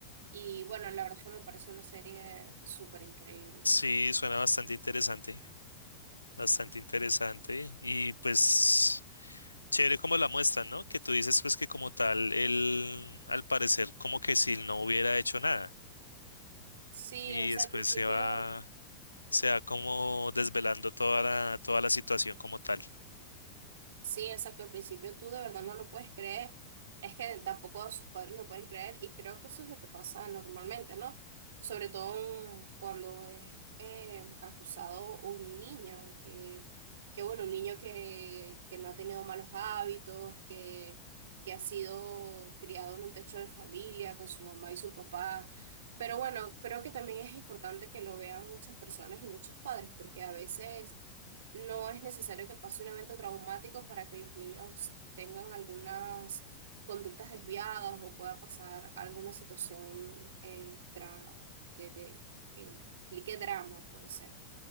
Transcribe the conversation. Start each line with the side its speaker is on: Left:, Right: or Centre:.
Right: Y bueno, la verdad es que me parece una serie súper increíble.
Left: sí, suena bastante interesante, bastante interesante. Y pues, chévere como la muestran, ¿no? Que tú dices pues que como tal, él, al parecer, como que si no hubiera hecho nada.
Right: Sí,
Left: Y
Right: o sea,
Left: después
Right: al principio.
Left: se va. se sea como desvelando toda la, toda la situación como tal.
Right: Sí, exacto. Al principio tú de verdad no lo puedes creer. Es que tampoco sus padres lo pueden creer y creo que eso es lo que pasa normalmente, ¿no? Sobre todo mm, cuando es eh, acusado un niño, que, que bueno, un niño que, que no ha tenido malos hábitos, que, que ha sido criado en un techo de familia con su mamá y su papá. Pero bueno, creo que también es importante que lo vean muchas personas y muchos padres, porque a veces no es necesario que pase un evento traumático para que los niños tengan algunas conductas desviadas o pueda pasar alguna situación eh, tra- de, de- que implique drama, puede ser.